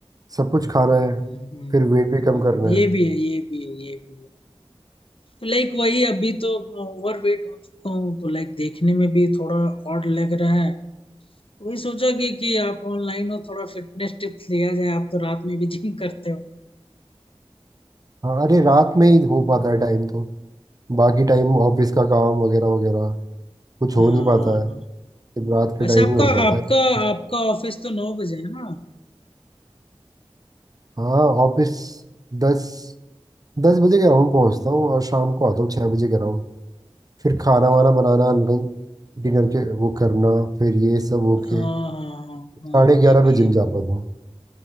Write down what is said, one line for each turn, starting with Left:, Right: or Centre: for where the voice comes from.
Right: सब कुछ खाना
Left: हम्म
Right: है
Left: हम्म
Right: फिर वेट भी
Left: हम्म,
Right: कम करना
Left: ये
Right: है
Left: भी है ये भी है ये भी है लाइक वही अभी तो ओवरवेट हो चुका हूँ तो लाइक देखने में भी थोड़ा ऑड लग रहा है वही सोचा कि कि आप ऑनलाइन हो थोड़ा फिटनेस टिप्स लिया जाए आप तो रात में भी जिम <laughs> करते हो
Right: हाँ अरे रात में ही हो पाता है टाइम तो बाकी टाइम ऑफिस का काम वगैरह वगैरह कुछ हो
Left: हाँ
Right: नहीं पाता है सिर्फ रात
Left: वैसे
Right: के टाइम
Left: आपका
Right: ही हो पाता
Left: आपका
Right: है
Left: आपका ऑफिस तो नौ बजे है ना
Right: हाँ ऑफिस दस दस बजे ग्राउंड पहुंचता हूँ और शाम को आता हूँ छः बजे ग्राउंड फिर खाना
Left: अच्छा
Right: वाना बनाना लंच डिनर के वो करना फिर ये सब होके
Left: हाँ हाँ
Right: साढ़े
Left: हाँ हाँ, ये
Right: ग्यारह
Left: भी
Right: बजे
Left: है
Right: जिम जा पाता हूँ